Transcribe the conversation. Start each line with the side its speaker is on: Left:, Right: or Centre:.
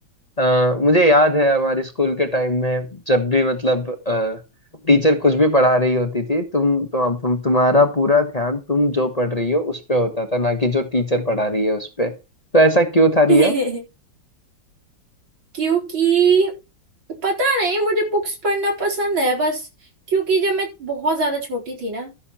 Left: अ, मुझे याद है हमारे स्कूल के टाइम में जब भी मतलब टीचर कुछ भी पढ़ा रही होती थी तुम तुम तुम- तुम्हारा पूरा ध्यान तुम जो पढ़ रही हो उस पे होता था ना कि जो टीचर पढ़ा रही है उस पे तो ऐसा क्यों था
Right: <laughs>
Left: रिया
Right: क्योंकि पता नहीं मुझे बुक्स पढ़ना पसंद है बस क्योंकि जब मैं बहुत ज्यादा छोटी थी ना